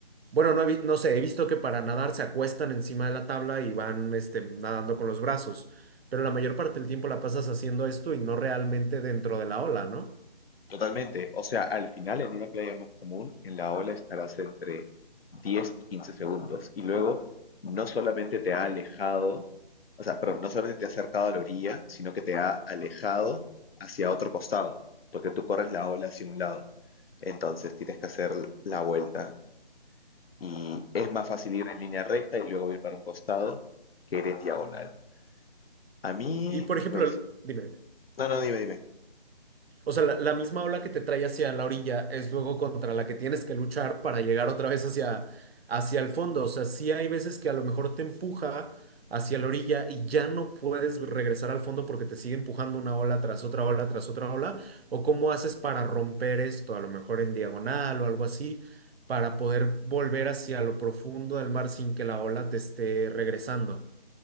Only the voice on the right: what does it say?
bueno, no, he vi- no sé, he visto que para nadar se acuestan encima de la tabla y van este, nadando con los brazos, pero la mayor parte del tiempo la pasas haciendo esto y no realmente dentro de la ola, ¿no?
Y por ejemplo,
dime,
O sea, la, la misma ola que te trae hacia la orilla es luego contra la que tienes que luchar para llegar otra vez hacia, hacia el fondo. O sea, sí hay veces que a lo mejor te empuja hacia la orilla y ya no puedes regresar al fondo porque te sigue empujando una ola tras otra ola tras otra ola. ¿O cómo haces para romper esto? A lo mejor en diagonal o algo así, para poder volver hacia lo profundo del mar sin que la ola te esté regresando.